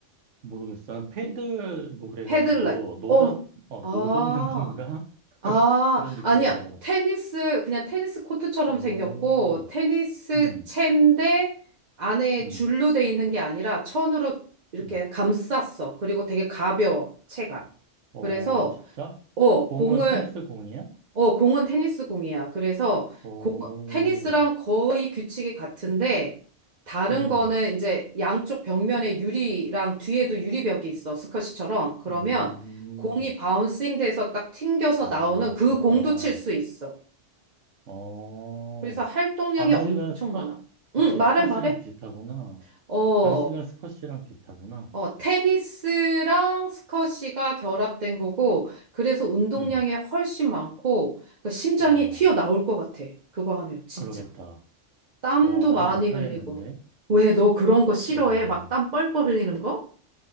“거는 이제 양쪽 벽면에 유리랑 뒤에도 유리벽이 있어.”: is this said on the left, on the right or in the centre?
Right